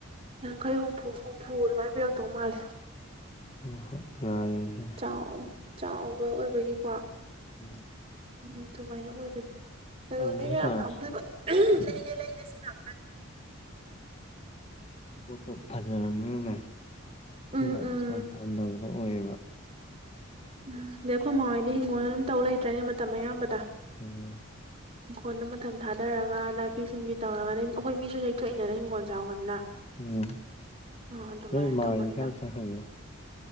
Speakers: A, on the right; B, on the left.
A: ꯀꯩ ꯍꯨꯝꯐꯨ ꯍꯨꯝꯐꯨ ꯑꯗꯨꯃꯥꯏꯅ ꯄꯤꯔꯛꯇꯧ ꯃꯥꯜꯂꯦ
B: ꯍꯣ ꯍꯣꯏ ꯌꯥꯏꯌꯦ
A: ꯆꯥꯎ ꯆꯥꯎꯕ ꯑꯣꯏꯕꯒꯤꯀꯣ
B: ꯎꯝ
A: ꯎꯝ ꯑꯗꯨꯃꯥꯏꯅ ꯑꯣꯏꯕꯅꯦ ꯀꯩꯅꯣꯗꯤ
B: ꯇꯧꯔꯁꯤ
A: ꯉꯥꯍꯟꯅ
B: ꯇꯧꯔꯁꯤ
A: ꯑꯝꯇꯣꯏꯕ ꯂꯩꯒꯦ ꯂꯩꯒꯦ ꯁꯤꯅꯥꯛꯇ
B: ꯄꯣꯠꯇꯣ ꯐꯖꯔꯕꯅꯤꯅꯅꯦ
A: ꯎꯝ
B: ꯃꯤꯅ
A: ꯎꯝ
B: ꯄꯥꯝꯅꯕꯗꯥ ꯑꯣꯏꯌꯦꯕ
A: ꯎꯝ ꯗꯩ ꯑꯩꯈꯣꯏ ꯃꯍꯣꯏꯗꯤ ꯍꯤꯡꯒꯣꯜ ꯑꯗꯨꯝ ꯇꯧ ꯂꯩꯇ꯭ꯔꯅꯦ ꯃꯇꯝ ꯑꯌꯥꯝꯕꯗ
B: ꯑꯝ
A: ꯍꯤꯡꯈꯣꯜ ꯑꯃꯥ ꯊꯝ ꯊꯥꯗꯔꯒꯥ ꯅꯥꯄꯤ ꯁꯤꯡꯕꯤ ꯇꯧꯔꯒꯗꯤ ꯑꯩꯈꯣꯏ ꯃꯤꯁꯨ ꯅꯦꯛꯊꯣꯛꯏꯅꯦ ꯍꯤꯡꯒꯣꯟ ꯌꯥꯎꯍꯟꯅ
B: ꯎꯝ
A: ꯑꯗꯨꯃꯥꯏꯅ
B: ꯅꯣꯏ ꯃꯥꯍꯣꯏꯗꯤ
A: ꯇꯧꯕꯅꯤꯅ
B: ꯀꯥꯏ ꯆꯠꯈ꯭ꯔꯒꯦ